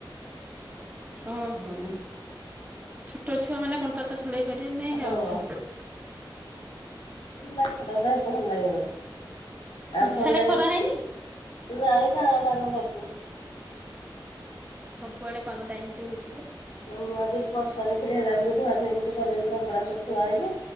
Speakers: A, on the right; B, on the left.
A: ଓହୋ ଛୋଟ ଛୁଆ ମାନେ କଣ୍ଟା ତ ଚଳେଇ ପାରିବ ନାାଇଁ
B: ହଁ।
A: ଆଉ।
B: ମାଛ ତା ଖାଇଟେ ଲାଗ ନି। ଆଉ ଭଲ
A: ସାଡେ
B: ଲାଗେ
A: ଖରା ହେଇନି
B: ନାଇଁ କାଁ ପାଗ କରିଛି।
A: କୁଆୋଗଟା ଏମିତିଉଛି।
B: ହୁଁ ଆଜି ବର୍ଷା ଲା ବୋଲି ଧୁଆ ଧୁଇ କିଛି କଲେନି କପଡା ସଖୁଆ ହେଇଯଛି